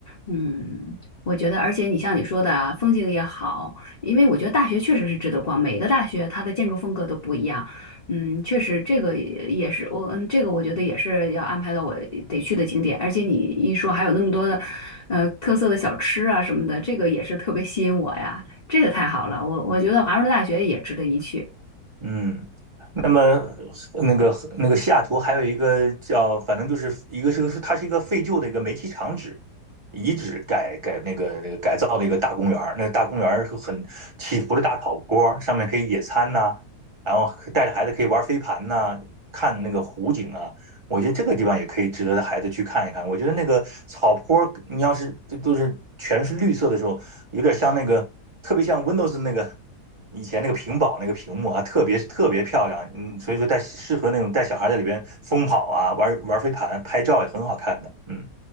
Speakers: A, on the left (about 35°); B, on the right (about 25°).
A: 嗯，我觉得，而且你像你说的啊，风景也好，因为我觉得大学确实是值得逛，每个大学它的建筑风格都不一样。嗯，确实这个也也是我，嗯，这个我觉得也是要安排到我得去的景点。而且你一说还有那么多的，呃，特色的小吃啊什么的，这个也是特别吸引我呀。这个太好了，我我觉得华盛顿大学也值得一去。
B: 嗯嗯。那么那个那个西雅图还有一个叫，反正就是一个是个它是一个废旧的一个煤气厂址遗址改改那个那个改造的一个大公园儿那个大公园儿是很起伏的大草坡上面可以野餐呐、然后带着孩子可以玩飞盘呐、看那个湖景啊，我觉得这个地方也可以值得孩子去看一看。我觉得那个草坡你要是这都是全是绿色的时候，有点像那个，特别像 Windows 那个以前那个屏保那个屏幕啊，特别特别漂亮。嗯，所以说带适合那种带小孩在里边疯跑啊，玩玩飞盘、拍照也很好看的。嗯